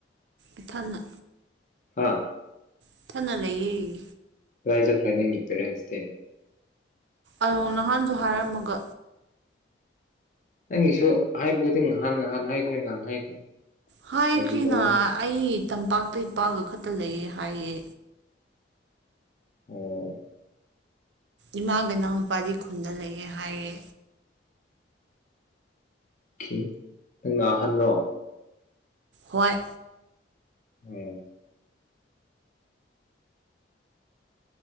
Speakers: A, on the right; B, on the left.
A: ꯏꯊꯟꯅ
B: ꯍꯥꯥ
A: ꯏꯊꯅ ꯂꯩꯌꯦ
B: ꯀꯥꯏ ꯆꯠꯈ꯭ꯔꯦ ꯅꯪꯒꯤ ꯄꯦꯔꯦꯟꯁꯇꯤ
A: ꯑꯔꯣ ꯅꯍꯥꯟꯁꯨ ꯍꯥꯏꯔꯝꯃꯒ
B: ꯅꯪꯒꯤꯁꯨ ꯍꯥꯏꯕ ꯈꯨꯗꯤꯡ ꯉꯍꯥꯟ ꯉꯍꯥꯟ ꯍꯥꯏꯈ꯭ꯔꯦ ꯉꯍꯥꯟ ꯍꯥꯏꯈ꯭ꯔꯦ
A: ꯍꯥꯏꯈꯤꯅ
B: ꯐꯥꯒꯤ ꯇꯧꯕꯅꯤ
A: ꯑꯩ ꯇꯝꯄꯥꯛꯇ ꯏꯄꯥꯒ ꯈꯛꯇ ꯂꯩꯌꯦ ꯍꯥꯏꯌꯦ
B: ꯑꯣ
A: ꯏꯃꯥꯒ ꯏꯅꯥꯎꯅꯨꯨꯄꯥꯗꯤ ꯈꯨꯟꯗ ꯂꯩꯌꯦ ꯍꯥꯏꯔꯦ
B: ꯈꯦ ꯅꯪꯅ ꯑꯍꯥꯟ ꯔꯣ
A: ꯍꯣꯏ
B: ꯎꯝ